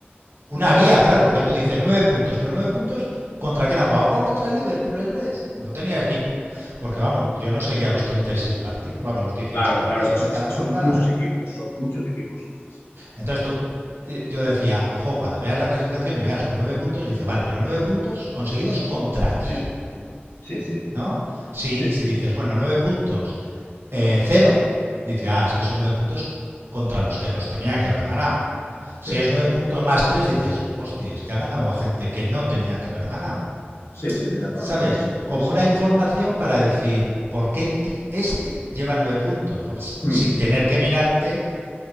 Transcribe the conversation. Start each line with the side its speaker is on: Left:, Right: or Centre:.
Right: Una
Left: eh,
Right: guía,
Left: una-
Right: claro, porque tú dices nueve puntos, pero nueve puntos contra quién ha jugado. Ha jugado contra el Liverpool, el Brest. No tenías ni... pu- Porque vamos, yo no seguía los 36 partidos, vamos, los 18
Left: Claro,
Right: partidos
Left: claro, es que, so-
Right: de
Left: es
Right: cada
Left: que son
Right: jornada.
Left: muchos equipos, son muchos equipos. Sí, sí.
Right: Entonces tú, eh, yo decía, jo, cuando veas la clasificación y veas nueve puntos, dice, vale, pero nueve puntos conseguidos contra quién.
Left: Ya. Sí, sí,
Right: ¿no? Si,
Left: sí, sí.
Right: si dices, bueno, 9 puntos, eh, 0, dice, ah, es que son 9 puntos contra los que los tenía que haber ganado. Si
Left: Sí,
Right: es 9 puntos más 3 dices, hostia, es que ha ganado a gente que no tenía que haber ganado.
Left: sí, sí, tienes razón
Right: ¿Sabes?
Left: en eso.
Right: Como
Left: Sí, sí.
Right: una información para decir, ¿por qué este lleva 9 puntos?
Left: Mm.
Right: Sin tener que mirarte